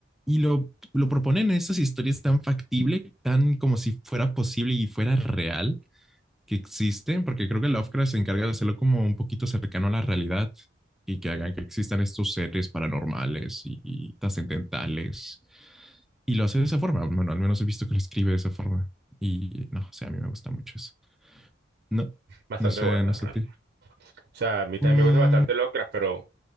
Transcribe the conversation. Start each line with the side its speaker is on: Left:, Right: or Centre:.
Centre: y lo, lo proponen en estas historias tan factible, tan como si fuera posible y fuera real que existen porque creo que Lovecraft se encarga de hacerlo como un poquito cercano a la realidad y que hagan que existan estos seres paranormales y, y trascendentales y lo hace de esa forma. Bueno, al menos he visto que lo escribe de esa forma. Y no, o sea, a mí me gusta mucho eso. No,
Right: Bastante
Centre: no sé,
Right: bueno.
Centre: no sé a ti.
Right: O sea, a mí también
Centre: Mm,
Right: me gusta bastante Lovecraft, pero